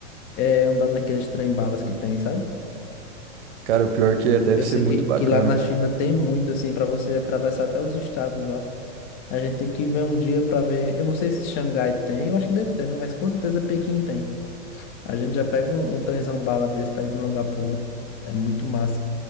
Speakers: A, on the left (about 35°); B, on the right (about 70°).
A: é andar naqueles trem-balas que tem, sabe?
B: Cara, o pior que é, deve
A: Eu
B: ser
A: sei
B: muito
A: que,
B: bacana.
A: que lá na China tem muito, assim, para você atravessar até os estados lá. A gente tem que ver um dia para ver. Eu não sei se Xangai tem, eu acho que deve ter, né? Mas com certeza Pequim tem. A gente já pega um, um trenzão bala desse para ir de um lugar pro outro. É muito massa.